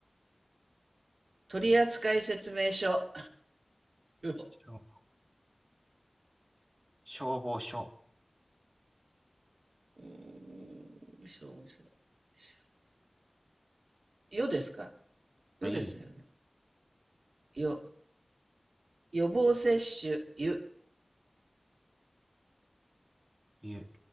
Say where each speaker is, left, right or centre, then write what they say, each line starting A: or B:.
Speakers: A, on the right; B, on the right.
A: 取扱説明書。よ。
B: 消消防署、
A: うーん、しょ、しょ、しょ。よですかよですよね。
B: ゆ、
A: よ。予防接種、ゆ。
B: ゆ、